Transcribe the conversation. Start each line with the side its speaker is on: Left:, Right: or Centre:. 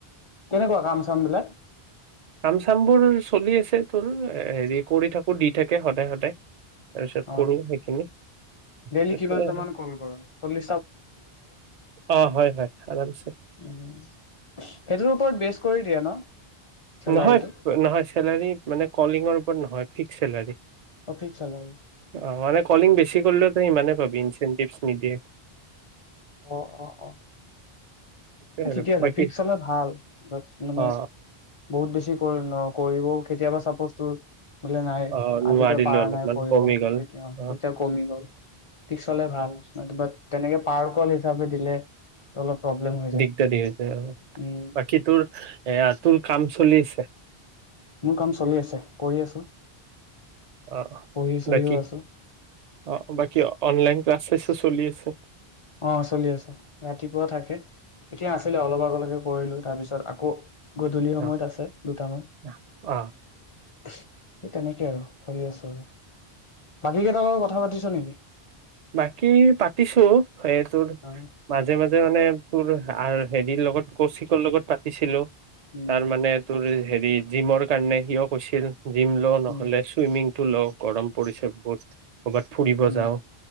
Left: কেনেকুৱা কাম চাম বিলাক
Right: কাম চাম বোৰ চলি আছে তোৰ, হেৰি কৰি থাকো দি থাকে সদায় সদায় তাৰপিছত
Left: অ
Right: কৰো সেইখিনি
Left: ডেইলি
Right: সেইটোৱে
Left: কিমানটামান কল কৰ চল্লি?
Right: অ হয় হয় আৰামছে,
Left: উম সেইটোৰ ওপৰত বেচ কৰি দিয়ে ন চেলাৰীটো
Right: নহয়, নহয় চেলাৰী মানে কলিঙৰ ওপৰত নহয় ফিক্স এেলী
Left: অ ফিক্স চেলাৰী
Right: অ মানে কলিং বেছি কৰিলেও তই সিমানে পাবি ইনচেটিভচ নিদিয়ে
Left: অ অ অ
Right: সেইটোৱে আৰু
Left: ঠিকে আছে
Right: বাকী
Left: ফিক্স হ'লে ভাল মানে
Right: অ
Left: বহুত বেছি। ন কৰিবও কেতিয়াবা চাপজ তোৰ বোলে নাই
Right: অ নোৱাৰিলো
Left: আজিতয়ে পৰাাৰ
Right: অলপমান
Left: নাই কৰিব
Right: কমি গ'ল
Left: কেতিয়া
Right: অ
Left: কেতিয়া কমি গল িক হলে ভাল বা তেনেকে পাৰ ক'ল হিচাপে দিলে। অলপ প্ৰব্লেম হৈ যায়।
Right: ইত্যাদি হৈছে আৰু
Left: উম
Right: বাকী তোৰ এয়া তোৰ কাম চলি আছে?
Left: মোৰ কাম চলি আছে কৰি আছো
Right: অ
Left: পঢ়ি চঢ়িও
Right: বাকী
Left: আছো
Right: অ বাকী <unintelligible> আছে
Left: অ চলি আছে ৰাতিপুৱা থাকে, এতিয়া আছিলে অলপ, আগলৈকে কৰিলোঁ তাৰপিছত আকৌ। গধূলি সময়ত
Right: অ
Left: আছে দুটামান।
Right: অ
Left: সেই তেনেকে আৰু চলি আছোঁ আৰু বাকী কেইটাৰ লগত কথা পাতিছ নেকি?
Right: বাকী পাতিছো, সেইটোৰ
Left: অ
Right: মাজে মাজে মানে তোৰ হেৰিৰ লগত কৌশিকৰ লগত পাতিছিলোঁ।
Left: উম
Right: তাৰ মনে তুৰ হেৰি জিমৰ কাৰণে সিয়ো কৈছিল। জিম লওঁ
Left: উম
Right: নহ'লে চুইমিংটো লওঁ গৰম পৰিছে বহুত, কৰ'বাত ফুৰিব
Left: উম
Right: যাওঁ।